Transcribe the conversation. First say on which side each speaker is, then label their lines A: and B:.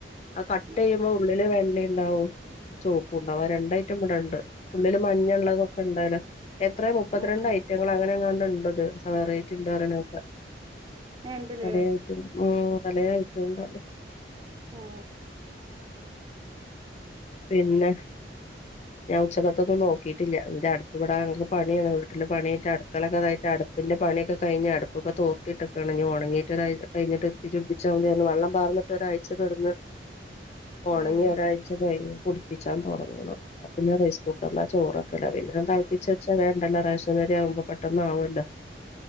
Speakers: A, on the left (about 35°); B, on the right (about 25°).
A: അഹ് കട്ടെയ്യുമ്പോ
B: ഉം
A: ഉള്ളില് വെള്ളിണ്ടാവും ചോപ്പുണ്ടാവും. അഹ് രണ്ടായ്റ്റം ഇബടെണ്ട്. ഉള്ളിൽമഞ്ഞ ഇള്ളതൊക്കെ ഇണ്ടലോ എത്ര മുപ്പത്തിരണ്ട്
B: ഉം
A: ഐറ്റങ്ങൾ അങ്ങനെ അങ്ങാണ്ട് ഇണ്ട്ത് സവേറെ റ്റ് ഇണ്ട്പറീണേക്കാ
B: ഏഹ് ഇണ്ട്ല്ലേ
A: പലേ അയ്റ്റണ്ട് ഉം പലേ അയ്റ്റണ്ടോലോ
B: ഉം
A: പിന്നെ ഞാ ഉചെക്കെത്തത്തൊന്നും നോക്കയിട്ടില്ല ഇന്റെ അടുപ്പ് ഇബാടാകെ പണിയവീട്ടിൽ പണിയായ്റ്റ് അടുക്കളൊക്കെ ഇപ്പോ പണിയൊക്കെ കയ്ഞ്ഞ് അടുപ്പൊക്കെ തോർത്തിട്ട്ക്കാണ് ഞ്ഞി ഒണങ്ങിട്ടൊരായ് കഴിഞ്ഞിട്ട് തിജ്ജ് പുട്പ്പിച്ചാമതി വള്ളം പാർന്നിട്ട് ഒരാഴ്ചതുടർന്ന് ഒണങ്ങി
B: ഉം
A: ഒരാഴ്ച പേ പുട്പ്പിച്ചാൻ തൊടങ്ങണം. ഇപ്പോപിന്നെ റൈസ്കുക്കറില ചോറൊക്കെല് പിന്നെ അത് തൾപ്പിച്ച് വെച്ചാവേണ്ടല്ലോ റേഷനരി ആവുമ്പോ പെട്ടന്നാവോലോ.